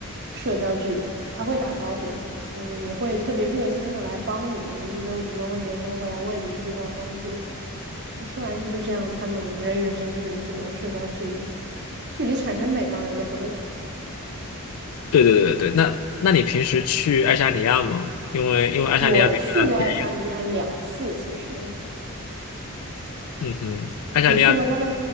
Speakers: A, on the right; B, on the left.
A: 社交距离，他会打招呼，嗯，也会特别热心的来帮你，你没有主动问别人，他们会来问你需不需要帮助。芬兰就是这样，他们人与人之间就是这种社交距离，距离产生美嘛，有的时候就说，
B: 对对对对，那那你平时去爱沙尼亚吗？因为因为爱沙尼亚比芬兰便宜，
A: <laughs> 我去过爱沙尼亚两次，其实
B: 嗯哼，爱沙尼亚，
A: 也去过他的，